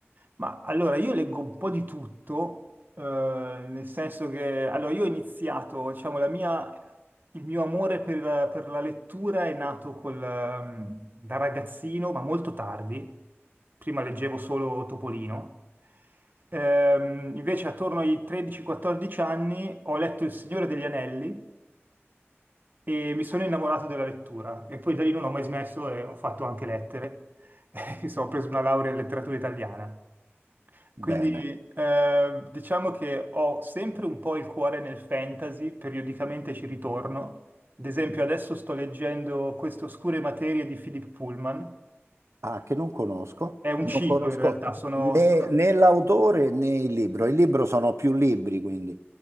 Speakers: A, on the right; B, on the right.
A: Ma allora, io leggo un po' di tutto, eh, nel senso che allora, io ho iniziato, diciamo, la mia, il mio amore per, per la lettura è nato col, ehm, da ragazzino, ma molto tardi. Prima leggevo solo Topolino. Ehm, invece attorno ai 13-14 anni ho letto Il Signore degli Anelli e mi sono innamorato della lettura e poi da lì non ho mai smesso e ho fatto anche lettere. <laughs> Mi sono preso una laurea in letteratura italiana.
B: bene.
A: Quindi eh, diciamo che ho sempre un po' il cuore nel fantasy, periodicamente ci ritorno. Ad esempio adesso sto leggendo Queste oscure materie di Philip Pullman.
B: Ah, che non conosco.
A: È un
B: Non
A: ciclo
B: conosco
A: in realtà, sono,
B: né,
A: sono-
B: né l'autore né il libro. Il libro sono più libri, quindi